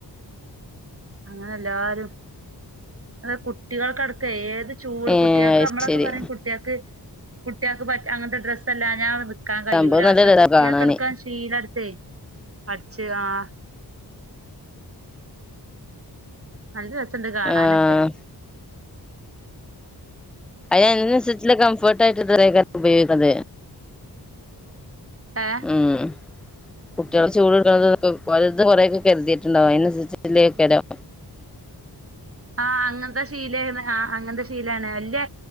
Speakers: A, on the right; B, in the centre.
A: അങ്ങനെ എല്ലാരും അത് കുട്ടികൾക്കടക് ക്ക്‌ ഏത് ചൂട്
B: ഏഹ്
A: കുട്ടികൾക്ക്
B: അത്
A: നമ്മളൊക്കെപറിം
B: ശരി
A: കുട്ട്യേക്ക് കുട്ട്യേക്ക് പറ്റ അങ്ങൻത്തെ ഡ്രസ്സെല്ലാഞ്ഞാ നിക്കാൻ കയ്യൂല
B: സംഭവം നല്ല
A: പക്ഷെ
B: രസാ
A: കുട്ട്യേക്കടക്കം
B: കാണാന്
A: ശീലെട്ത്തേ അടിച്ച് ആഹ് നല്ലരസണ്ട് കാണാനൊക്കെ
B: ആഹ് അയ്ന് അതിനനുസരിച്ചുള്ള കംഫോർട്ട് ആയിട്ടുള്ള തുണിയേകാരം ഉപയോഗിക്കുന്നത്
A: ഏഹ്
B: ഉം കുട്ടിൾ ചൂട് ഇട്ക്ണത് വലുത് കൊറെയൊക്കെ കരുതിയിട്ടുണ്ടാവും അതിനനുസരിചിലയിരിക്കാണം
A: ആഹ് അങ്ങൻത്തെ ശീലേണ് അങ്ങൻത്തെ ശീലാണ് വല്ലെ